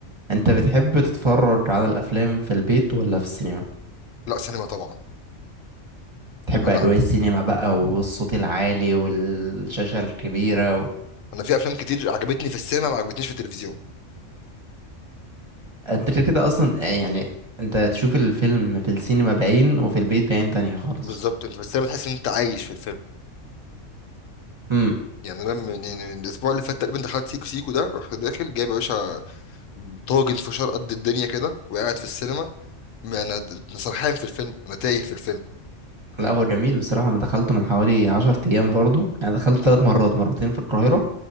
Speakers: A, on the right; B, on the left.
A: انت بتحب تتفرج على الافلام في البيت ولا في السينما
B: لا سينما طبعا
A: تحب
B: انا
A: اجواء السينما بقى والصوت العالي والشاشه الكبيره و...
B: انا في افلام كتير عجبتني في السينما ما عجبتنيش في التلفزيون
A: انت كده كده اصلا آه، يعني انت تشوف الفيلم في السينما بعين وفي البيت بعين تانية خالص
B: بالظبط انت في السينما تحس ان انت عايش في الفيلم
A: امم
B: يعني انا من, يعني من الاسبوع اللي فات تقريبا دخلت سيكو سيكو ده رحت داخل جايب يا باشا طاجن فشار قد الدنيا كده وقاعد في السينما ما انا أنا سرحان في الفيلم انا تايه في الفيلم
A: لا هو جميل بصراحة أنا دخلته من حوالي عشر أيام برضو يعني دخلته ثلاث مرات مرتين في القاهرة